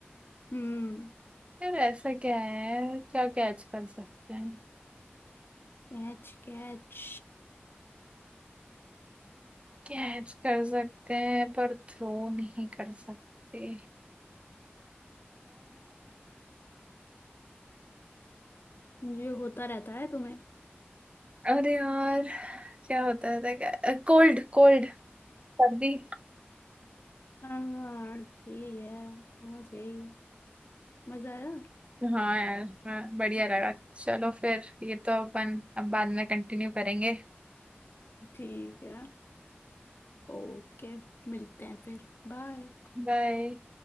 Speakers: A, on the left (about 60°); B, on the right (about 30°).
A: हम्म
B: यार ऐसा क्या है क्या कैच कर सकते हैं
A: कैच कैच
B: कैच कर सकते हैं पर थ्रो नहीं कर सकते
A: जो होता रहता है तुम्हें
B: अरे यार क्या होता है था क्या कोल्ड कोल्ड सर्दी
A: हाँ ठीक है समझ गई मजा आया
B: हाँ यार हाँ, बढ़िया लगा चलो फिर ये तो अपन अब बाद में कंटिन्यू करेंगे
A: ठीक है ओके मिलते हैं फिर बाय
B: बाय